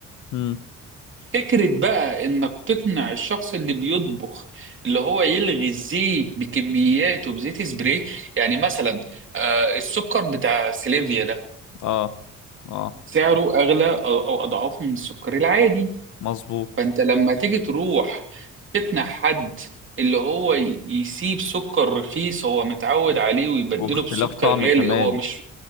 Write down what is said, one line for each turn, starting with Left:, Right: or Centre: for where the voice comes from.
Left: امم
Right: فكرة بقى إنك تقنع الشخص اللي بيطبخ اللي هو يلغي الزيت بكمياته بزيت سبراي يعني مثلا آه، السكر بتاع سليفيا ده
Left: اه اه
Right: سعره أغلى أو أو أضعاف من السكر العادي
Left: مظبوط
Right: فأنت لما تيجي تروح تقنع حد اللي هو ي- يسيب سكر رخيص هو متعود عليه ويبدله
Left: واختلاف
Right: بسكر
Left: طعم
Right: غالي
Left: كمان
Right: هو مش